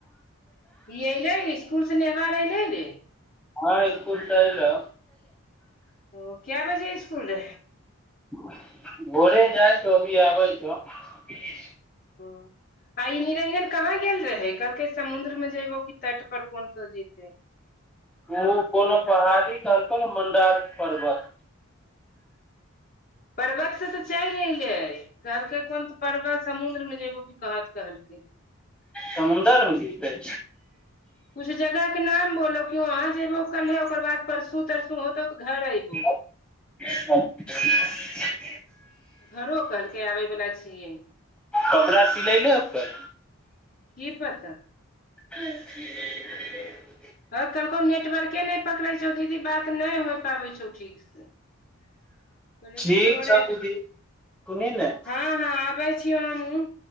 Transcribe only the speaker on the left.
<inaudible> ई ऐलै इसकुल से नेबार अइलै गे?
ओ किए बजे इसकुल रहै?
ह आइ निरंजन कहाँ गेल रहै? कहलकै समुद्र में जैबो की तट पर कोन तो जइतै?
पर्वत सं त चलि एलै। कहलकै कोन तू परवत समुद्र में जेबो की कहाँ त कहलकै।
कुछ जगह के नाम बोललौ कि वहाँ जेबो कल्हे, ओकर बाद परसू तरसू होतौ त घर अइबौ।
घरो कहलकै आबै बला छियै।
की पता।
हँ कहलकौ नेटवर्के नै पकड़ै छौ दीदी, बात नै हो पाबै छौ ठीकसे। <inaudible> कहलिअइ
कि छोड़े
<inaudible>
हँ। हं आबै छियौ हमहुं